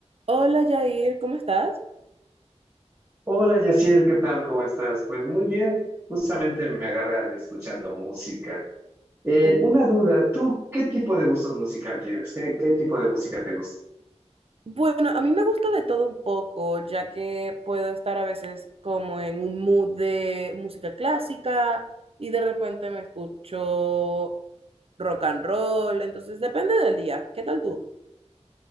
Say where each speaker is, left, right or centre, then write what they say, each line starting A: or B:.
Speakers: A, on the right; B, on the right.
A: Hola Jair, ¿cómo estás?
B: Hola Yaciel, ¿qué tal? ¿Cómo estás? Pues muy bien, justamente me agarran escuchando música. Eh,
A: Mm.
B: una duda, ¿tú qué tipo de gustos musical tienes? ¿Qué, qué tipo de música te gusta?
A: Bueno, a mí me gusta de todo un poco, ya que puedo estar a veces como en un mood de música clásica y de repente me escucho rock and roll, entonces depende del día. ¿Qué tal tú?